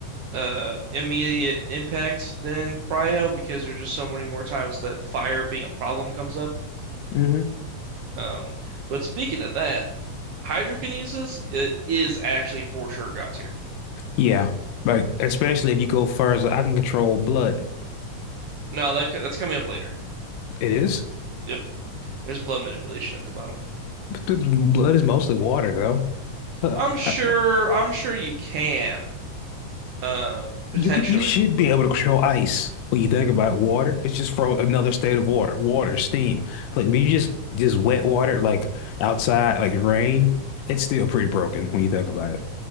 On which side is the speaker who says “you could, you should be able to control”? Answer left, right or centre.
Left